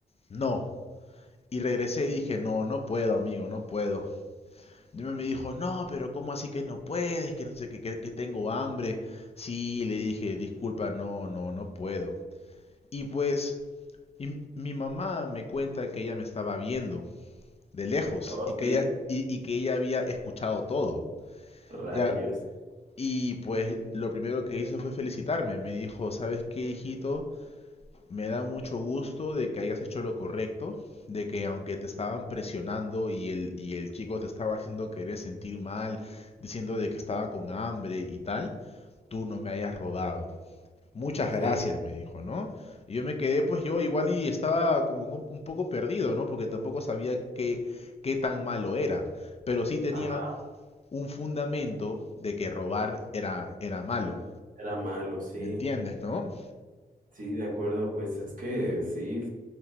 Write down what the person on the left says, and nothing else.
no. Y regresé y dije, no, no puedo, amigo, no puedo. Y me dijo, no, pero ¿cómo así que no puedes? Que no sé, que, que, que tengo hambre. Sí, le dije, disculpa, no, no, no puedo. Y pues y mi mamá me cuenta que ella me estaba viendo de lejos
y que
ella, y, y que ella había escuchado todo.
Ya, y pues lo primero que hizo fue felicitarme. Me dijo, ¿sabes qué, hijito? Me da mucho gusto de que hayas hecho lo correcto, de que aunque te estaban presionando y el, y el chico te estaba haciendo querer sentir mal, diciendo de que estaba con hambre y tal, tú no me hayas rodado. Muchas
gracias, me dijo, ¿no? Y yo me quedé, pues yo igual y estaba como un un poco perdido, ¿no? Porque tampoco sabía qué, qué tan malo era. Pero sí tenía
un fundamento de que robar era, era malo.
¿Me entiendes, no?